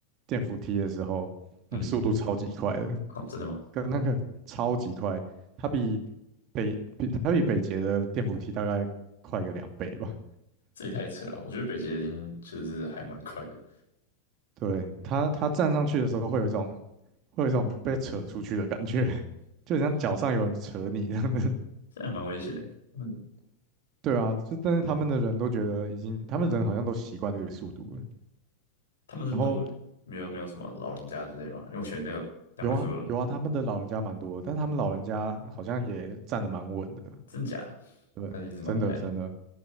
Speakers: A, on the right; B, on the left.
A: 电扶梯的时候，
B: 嗯，
A: 那个速度超级快的，
B: 哦，真的吗？
A: 跟那个超级快。它比北比它比北捷的电扶梯大概快个两倍吧。
B: 这也太扯了！我觉得北捷已经就是还蛮快的。
A: 对，它它站上去的时候会有一种会有一种被扯出去的感觉，<laughs> 就很像脚上有人扯你一样的。
B: 嗯，这还蛮危险的。他们
A: <laughs> 对啊，就但是他们的人都觉得已经，他们人好像都习惯这个速度了。
B: 他们是都没有没有什么老人家之类吗？
A: 然后
B: 因为我觉得那个两位数的，
A: 有啊有啊，他们的老人家蛮多的，但他们老人家好像也站得蛮稳的。
B: 真假的？
A: 对，
B: 那一直蛮厉害的，
A: 真的真的。